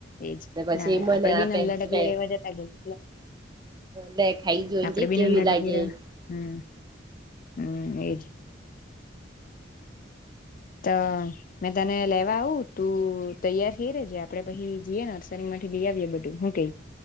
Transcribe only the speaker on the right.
ને પછી
મને
આપે
લે
લે ખાઈ જોઈ
કે
કેવી
લાગે
એમ